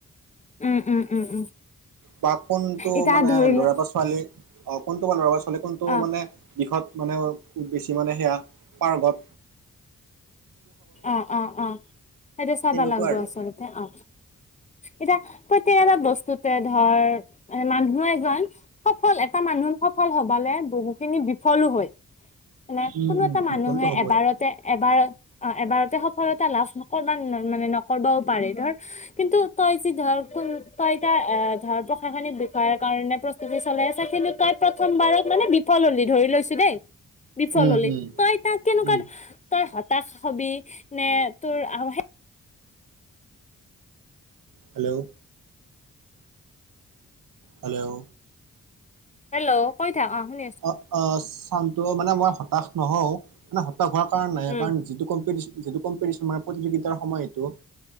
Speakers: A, on the left; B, on the right.
A: উম উম উম উম
B: বা কোনটো
A: এতিয়া
B: মানে
A: ধৰি
B: ল'ৰা
A: ল
B: বা ছোৱালী অ কোনটো বা ল'ৰা বাৰা ছোৱালী কোনটো
A: অ
B: মানে দিশত মানে খু বেছি মানে সেয়া পাৰ্ঘত
A: অ অ অ সেইটো চাবা
B: তেনেকুৱা
A: লাগিব
B: আৰু
A: আচলতে অ এতিয়া প্ৰত্য়েক এটা বস্তুতে ধৰ মানে মানুহ এজন সফল এটা মানুহ সফল হবালে বহু খিনি বিফলো হয় মানে
B: উম
A: কোনো
B: উম
A: এটা মানুহে
B: বিফলটো হ'বই
A: এবাৰতে এবাৰত অ এবাৰতে সফলতা লাভ নকবা মানে নকবও পাৰেি ধৰ কিন্তু তই যেি ধৰ কোন তই তাৰ ধৰ প্ৰশাসনিক বিষয়াৰ কাৰণে ত চলাই আছা খিনি তই প্ৰথমবাৰত মানে বিফল হলি ধৰি লৈছো দেই বিফল
B: উম
A: হলে।
B: উম
A: তই তাক কেনেকোৱা
B: উম
A: তই হতাশ হবি নে তোৰ আৰু সে
B: হেল্ল'। হেল্ল'।
A: হেল্ল কৈ থাক অ' শুনি আছো।
B: অ' চানটো মানে মই হতাশ নহও মানে হ তাশ হোৱাৰ কাৰণ নাই
A: উম
B: কাৰণ যিটো কমপিতিচ যিটো কমপিতিচ মানে প্ৰতিযোগিতাৰ সময় এইটো।